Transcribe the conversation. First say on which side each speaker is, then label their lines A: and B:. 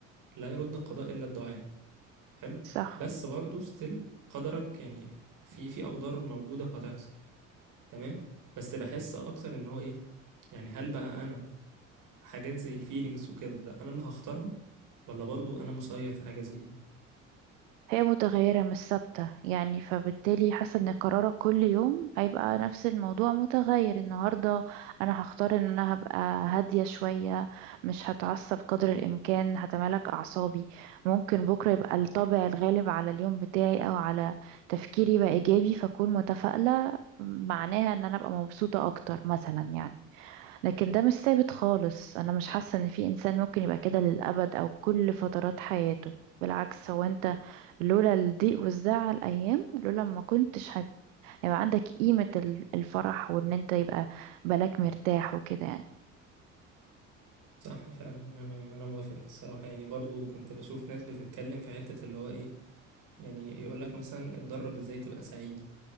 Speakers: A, on the right (about 55°); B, on the right (about 75°).
A: لا يرد القضاء الا الدعاء حلو
B: صح
A: بس برضه ستيل قدرك يعني في في اقدار موجوده وهتحصل تمام بس بحس اكتر ان هو ايه يعني هل بقى انا حاجات زي الفيلينجز وكده انا اللي هختارها ولا برضه انا مسير في حاجه زي دي
B: هي متغيرة مش ثابتة يعني فبالتالي حاسة ان قرارك كل يوم هيبقى نفس الموضوع متغير النهاردة انا هختار ان انا هبقى هادية شوية مش هتعصب قدر الامكان هتمالك اعصابي ممكن بكرة يبقى الطابع الغالب على اليوم بتاعي او على تفكيري بقى ايجابي فاكون متفائلة معناها ان انا ابقى مبسوطة اكتر مثلا يعني لكن ده مش ثابت خالص انا مش حاسة ان في انسان ممكن يبقى كده للابد او كل فترات حياته بالعكس هو انت لولا الضيق والزعل ايام لولا ما كنتش هت- هيبقى عندك قيمة ال- الفرح وان انت يبقى بالك مرتاح وكده يعني
A: صح فعلا انا انا موافقك الصراحه يعني برضه كنت بشوف ناس بتتكلم في حته اللي هو ايه يعني يقول لك مثلا اتدرب ازاي تبقى سعيد